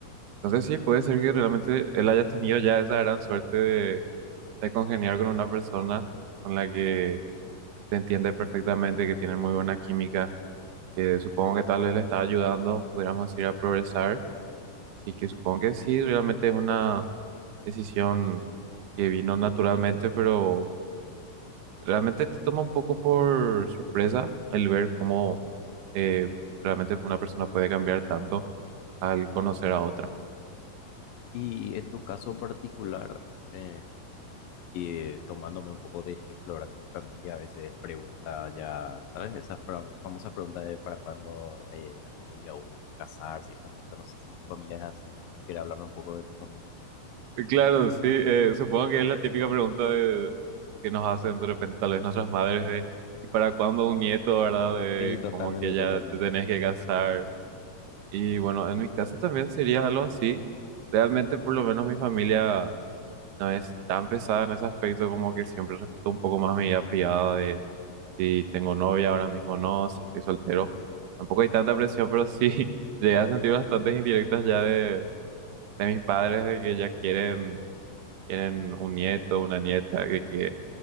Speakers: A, on the right; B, on the left.
A: Entonces sí, puede ser que realmente él haya tenido ya esa gran suerte de congeniar con una persona con la que te entiende perfectamente, que tienen muy buena química, que supongo que tal vez le está ayudando, pudiéramos decir, a progresar. Así que supongo que sí, realmente es una decisión que vino naturalmente, pero realmente te toma un poco por sorpresa el ver cómo eh, realmente una persona puede cambiar tanto al conocer a otra.
B: Y en tu caso en particular, eh, y tomándome un poco de ejemplo, ¿verdad? Que mi familia a veces pregunta ya, ¿sabes? Esas pra- famosas preguntas de para cuándo eh, la novia o casarse y esas cosas. No sé si tu familia es así, no sé si quieres hablarme un poco de tu familia.
A: Claro, sí, eh, supongo que es la típica pregunta de- que nos hacen de repente tal vez nuestras madres de ¿y para cuándo un nieto, verdad? De
B: Sí, totalmente,
A: como que ya
B: totalmente.
A: te tenés que casar. Y bueno, en mi caso también sería algo así. Realmente por lo menos mi familia... no es tan pesada en ese aspecto como que siempre respeto un poco más mi vida privada de si tengo novia ahora mismo o no, si estoy soltero. Tampoco hay tanta presión, pero sí <laughs> llegué a sentir bastantes indirectas ya de, de mis padres de que ya quieren, quieren un nieto, una nieta, que, que